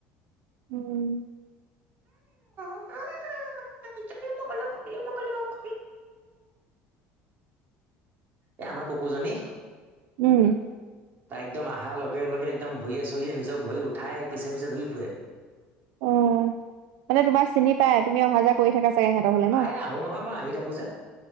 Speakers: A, on the right (about 80°); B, on the right (about 45°).
A: উম
B: অ <unintelligible> এ আমাৰ কুকুৰজনী
A: উম
B: তাই একদম অহাৰ লগে লগে একদম ভৰিয়ে চৰিয়ে নিজৰ ভৰি উঠাই পিছে পিছে ঘূৰি ফুৰে
A: অ মানে তোমাক চিনি পাই তুমি অহা যোৱা কৰি থকা চাগে সিহঁতৰ হলে
B: প্ৰায়ে
A: ন
B: আহো নহয় মই আহি থাকো যে